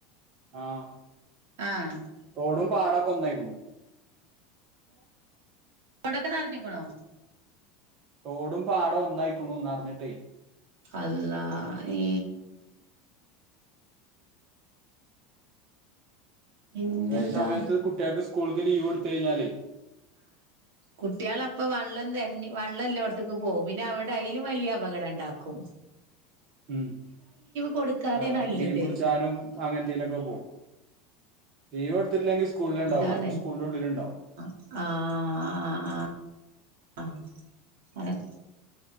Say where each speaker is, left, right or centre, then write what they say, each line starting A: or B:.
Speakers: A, on the right; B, on the right.
A: ആഹ്
B: ആഹ്
A: റോഡും പാടൊക്കെ ഒന്നൈക്കുണു.
B: റൊഡോക്കെ നർഞ്ഞുക്കുണോ?
A: റോഡും പാടോം ഒന്നൈക്കുണു നർഞ്ഞ്ട്ടെയ്
B: അള്ളാ ഹേ പിന്നെന്താ
A: അല്ല ഈ സമയത്ത് കുട്ട്യാക്ക് സ്കൂൾക്ക് ലീവൊട്ത്ത് കഴിഞ്ഞാലെയ്
B: കുട്ട്യാള പ്പൊ വള്ളം തെരഞ്ഞ് വള്ളല്ലോടത്ത്ക്ക് പോവും പിന്നെ അവിടെ ഐലും വല്ല്യേ അപകട ണ്ടാക്കും.
A: ഉം
B: കൊടുക്കാതെ
A: ആഹ്
B: നല്ലത്
A: മീം പുടിച്ചാനും അങ്ങൻ ത്തീനൊക്കെ പോവും. ലീവ് കൊട്ത്ത്ട്ടില്ലെങ്കി സ്കൂളി ണ്ടാവോ
B: അതാണ്
A: സ്കൂളിന്റെ ഉള്ളില് ണ്ടാവും.
B: ആഹ് ആഹ് ആഹ് ആഹ് അതന്നെ